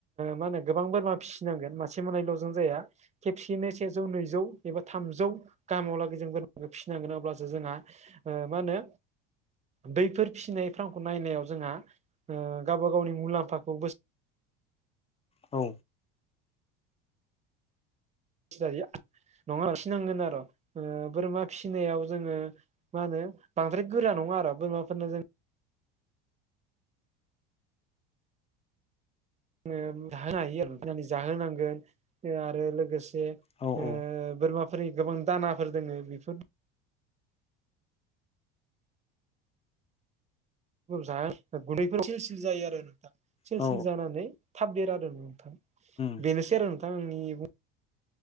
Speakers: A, on the right; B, on the left.
A: मा होनो गोबां बोरमा फिसिनांगोन मासे मोनायल'जों जाया खेबसेयैनो सेजौ नैजौ एबा थामजौ गाहामावलागै जों बोरमा फिसिनांगोन अब्लासो जोंहा ओ मा होनो बैफोर फिसिनाय फार्मखौ नायनायाव जोंहाओ गावबा गावनि मुलाम्फाखौ बोस
B: औ
A: <inaudible> फिसिनांगोन आरो बोरमा फिसिनायाव जोङो मा होनो बांद्राय गोरा नङा आरो बोरमाफोरनो जों जाहोनो हायो आरो जाहोनांगोन आरो लोगोसे जे
B: औ औ
A: बोरमाफोरनि गोबां दानाफोर दोङो बेफोर जाहोनो गुदैफोर सेलसिल जायो आरो नोंथां सलसिल
B: औ
A: जानानै थाबदेरो आरो नोंथा
B: उम
A: बेनोसै आरो नोंथां आंनि बुं